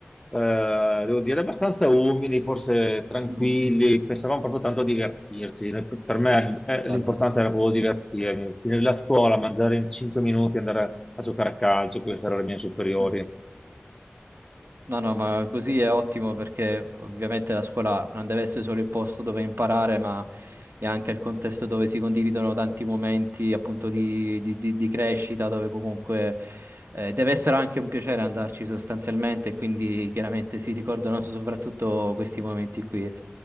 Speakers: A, on the left (about 15°); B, on the right (about 70°).
A: eh, devo dire, abbastanza umili, forse tranquilli,
B: mm,
A: pensavamo proprio tanto a divertirci. Per me eh,
B: bello.
A: l'importante era proprio divertirmi, finire la scuola, mangiare in 5 minuti, andare a giocare a calcio, queste erano le mie superiori.
B: Mm. No, no, ma così è ottimo perché ovviamente la scuola non deve essere solo il posto dove imparare, ma è anche il contesto dove si condividono tanti momenti appunto di, di- di- di crescita, dove comunque eh, deve essere anche un piacere andarci sostanzialmente, e quindi chiaramente si ricordano <laughs> soprattutto questi momenti qui.